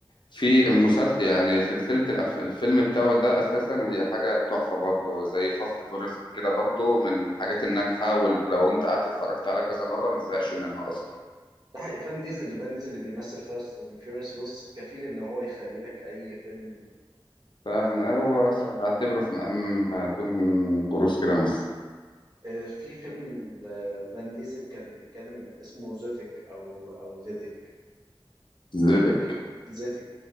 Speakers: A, on the left (about 60°); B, on the right (about 50°).
A: في المسلسل يعني سلسله الأف... الفيلم بتاعه ده اساسا هي حاجه تحفه برضه زي فاست فورس كده برضه من الحاجات الناجحه ولو انت قعدت اتفرجت عليها كذا مره ما تزهقش منها اصلا
B: ده حقيقي فان ديزل فان ديزل اللي بيمثل فاست اند فيوريوس بص كفيل ان هو يخلي لك اي فيلم
A: فعلا
B: روعة يعني
A: هو بس بعتبره في مقام توم كروز كده مثلا
B: آه، في فيلم ال- آه، فان ديزل كان بيتكلم اسمه زيتك او او زيتك
A: زدك
B: بيك... زيتك